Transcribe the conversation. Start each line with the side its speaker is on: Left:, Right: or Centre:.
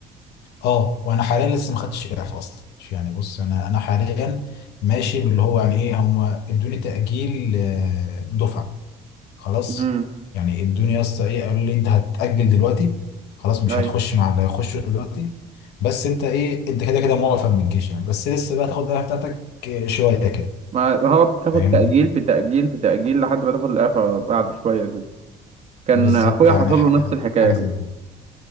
Left: اه وانا حاليا لسه ما خدتش اعفاء اصلا يعني بص انا انا حاليا ماشي باللي هو يعني ايه هم ادوني تاجيل آه، دفعه خلاص
Right: امم
Left: يعني ادوني يا اسطى ايه قالوا لي انت هتاجل دلوقتي خلاص مش
Right: ايوه
Left: هتخش مع اللي هيخشوا دلوقتي بس انت ايه انت كده كده موقف من الجيش يعني بس لسه بقى تاخد الاعفاء بتاعتك آه، شويه كده
Right: ما ما هو بتاخد
Left: فاهمني
Right: تأجيل في تأجيل في تأجيل لحد ما تاخد الإعفاء بعد شوية كده كان
Left: بالظبط
Right: أخويا
Left: يعني
Right: حصل
Left: حاجه
Right: له نفس الحكاية
Left: حاجه
Right: كده
Left: زي كده